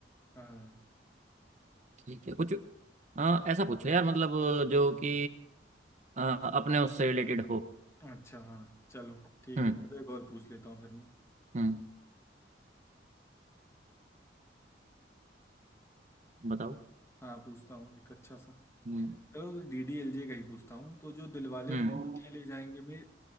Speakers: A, on the left; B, on the right.
A: हाँ
B: ठीक है कुछ हाँ ऐसा पूछो यार मतलब जो कि अ, अपने उससे रिलेटेड हो
A: अच्छा हाँ चलो ठीक
B: हम्म
A: है चलो एक और पूछ लेता हूँ फिर मैं
B: हम्म बताओ
A: हाँ पूछता हूँ एक अच्छा सा
B: हम्म
A: चलो डीडीएलजे का ही पूछता हूँ तो जो दिलवाले
B: हम्म
A: हम्म। दुल्हनिया ले जाएंगे में